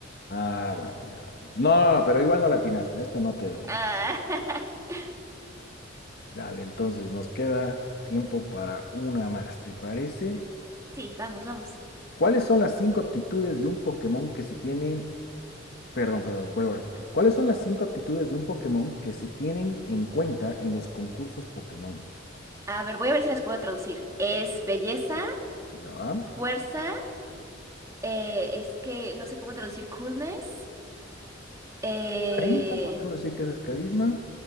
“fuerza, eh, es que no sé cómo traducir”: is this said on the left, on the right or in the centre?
Right